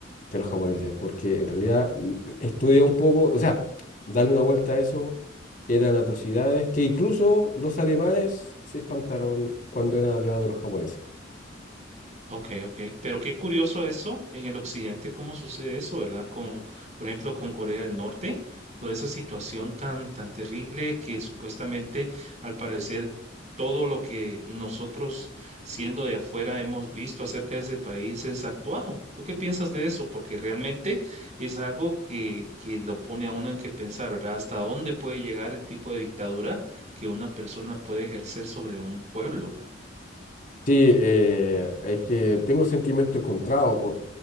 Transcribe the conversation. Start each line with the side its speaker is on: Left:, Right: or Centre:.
Left: que los japoneses, porque en realidad l- estudia un poco, o sea, darle una vuelta a eso. Eran atrocidades que incluso los alemanes se espantaron cuando eran aliados de los japoneses.
Right: Ok, ok. Pero qué curioso eso, en el occidente, cómo sucede eso, ¿verdad? Con, por ejemplo, con Corea del Norte, toda esa situación tan, tan terrible que supuestamente, al parecer, todo lo que nosotros, siendo de afuera, hemos visto acerca de ese país es actuado. ¿Tú qué piensas de eso? Porque realmente es algo que, que lo pone a uno en que pensar, ¿verdad? ¿Hasta dónde puede llegar el tipo de dictadura que una persona puede ejercer sobre un pueblo, ¿verdad?
Left: Sí, eh, es que tengo sentimientos encontrados, por-